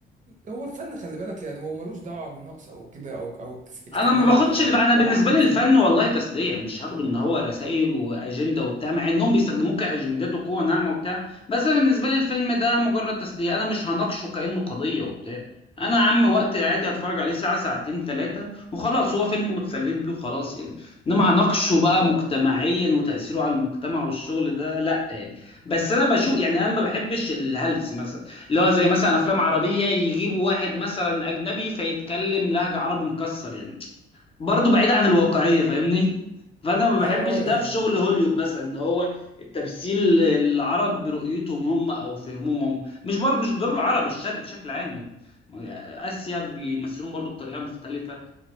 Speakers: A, on the right; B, on the left.
A: هو الفن خلي بالك يعني هو ملوش دعوه بالنقص او كده او او اكتمال
B: انا ما باخدش
A: او
B: الف... انا بالنسبه
A: او عدم
B: لي
A: فهم
B: الفن والله تسليه مش هاخده ان هو رسائل واجنده وبتاع مع انهم بيستخدموه كاجندات وقوه ناعمه وبتاع بس أنا بالنسبه لي الفيلم ده مجرد تسليه انا مش هناقشه كانه قضيه وبتاع انا يا عم وقت عادي هتفرج عليه ساعه ساعتين ثلاثه وخلاص هو فيلم واتسليت بيه وخلاص يعني انما هناقشه بقى مجتمعيا وتاثيره على المجتمع والشغل ده لا يعني بس انا بشوف يعني انا ما بحبش الهلس مثلا اللي هو زي مثلا افلام عربيه يجيبوا واحد مثلا اجنبي فيتكلم لهجه عربي مكسر يعني برضه بعيدة عن الواقعية فاهمني فأنا ما بحبش
A: اه
B: ده
A: اه يعني
B: في شغل هوليوود مثلا إن هو التمثيل العرب برؤيتهم هم أو فهمهم هم مش بر... مش دول العرب الشرق بشكل عام يعني آسيا بيمثلون برضه بطريقة مختلفة